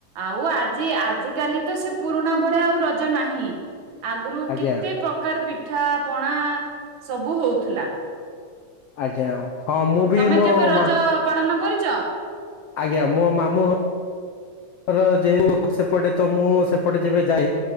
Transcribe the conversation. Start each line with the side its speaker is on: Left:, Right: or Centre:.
Right: ଆଉ ଆଜି-ଆଜିକାଲି ତ ସେ ପୁରୁଣା ଭଳିଆ ଆଉ ରଜ ନାହିଁ ଆଗରୁ
Left: ଆଜ୍ଞା
Right: କେତେ ପ୍ରକାର ପି ଠା ପଣା ସବୁ ହୋଉଥୁଲା।
Left: ଆଜ୍ଞା ହଁ ମୁଁ
Right: ତମେ
Left: ବି ମୋ
Right: କେବେ ରଜ
Left: ମା
Right: ପାଳନ କରଚ?
Left: ଆଜ୍ଞା ମୁଁ ମାମୁଁ ଘ ର ଯେହେତୁ ସେପଟେ ତ ମୁଁ ସେପଟେ ଯେବେ ଯାଏ।